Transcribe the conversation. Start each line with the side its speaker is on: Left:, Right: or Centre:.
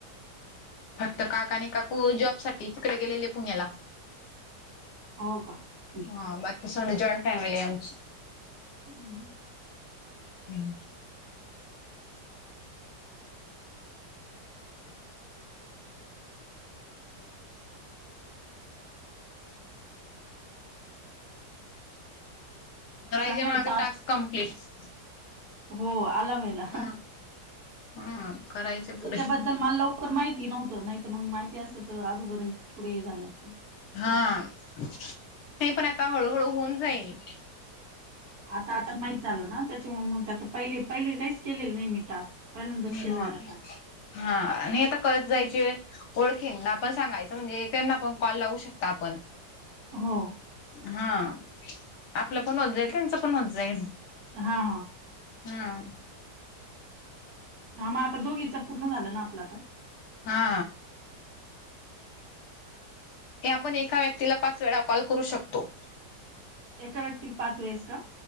Left: फक्त काका आणि काकू जॉब साठी तिकडे गेलेले पुण्याला.
Right: हो का. हं,
Left: हा बाकी सगंळी जॉईंट फॅमिली आहे आमची.
Right: हम्म,
Left: हम्, राहिजे
Right: चांगला आहे
Left: माझं
Right: तास
Left: टास्क कंप्लीट
Right: हो आला पाहिला,
Left: हम्म हम्म करायचे
Right: येच्या
Left: पुरे
Right: बद् बद्दल मला लवकर माहिती नव्हतं, नाही तर मगं माहिती असत तर अदोगर थोडे हे झालं असतं.
Left: हा, नाही पण आता हळू-हळू होऊन जाईन.
Right: आता -आता माहीत झालं ना, त्याच्या मगं आता पहिले- पहिले काहीचं केलेलं नाही मी टास्क. पहिल्यादाचं
Left: ह
Right: केलेलाय आता.
Left: हा आणि आता कळत जायची वेळ ओळखींना पण सांगायचं म्हणजे त्यांना पण कॉल लावू शकता आपण,
Right: हो,
Left: हा, आपलं पण होतं जाईल, त्यांचं पण होतं जाईल.
Right: हा,
Left: हं,
Right: हा म आता दोघीचं पूर्ण झालं ना, आपला आता?
Left: हा, हे आपण एका व्यक्तीला पाच वेळा कॉल करू शकतो.
Right: एका व्यक्तीला पाच वेळेस का?